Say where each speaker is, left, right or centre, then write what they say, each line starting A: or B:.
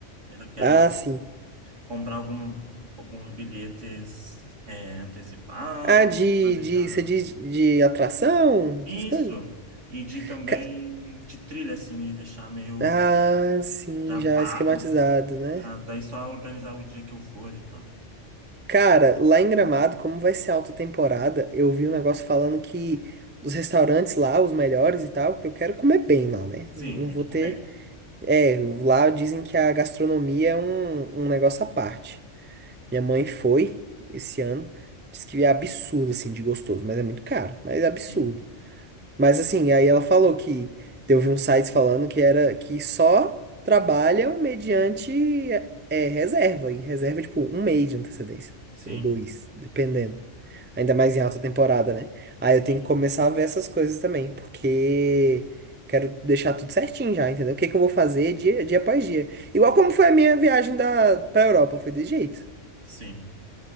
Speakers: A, on the right; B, on the right.
A: Eu já quero
B: Ah, sim.
A: comprar algum, alguns bilhetes é, antecipados,
B: Ah, de,
A: planejar
B: de, você diz de atração,
A: isso,
B: essas coisas?
A: e de também
B: Ca-
A: de trilha, assim, e deixar meio
B: Ah, sim,
A: já pago,
B: já esquematizado, né?
A: para daí só organizar o dia que eu for e tal.
B: Cara, lá em Gramado, como vai ser alta temporada, eu vi um negócio falando que os restaurantes lá, os melhores e tal, que eu quero comer bem lá, né?
A: Sim,
B: Eu Não
A: tem
B: vou
A: que comer.
B: ter. É, lá dizem que a gastronomia é um, um negócio à parte. Minha mãe foi esse ano, disse que é absurdo, assim, de gostoso, mas é muito caro, mas é absurdo.
A: Sim,
B: Mas assim, aí ela falou que eu vi uns sites falando que era que só trabalham mediante é, reserva. E reserva, tipo, um mês de antecedência.
A: sim,
B: Ou dois, dependendo. Ainda mais em alta temporada, né? Aí
A: sim,
B: eu tenho que começar a ver essas coisas também, porque quero deixar tudo certinho já, entendeu? O que que eu vou fazer
A: sim,
B: dia, dia após dia. Igual como foi a minha viagem da, pra Europa, foi desse jeito.
A: sim.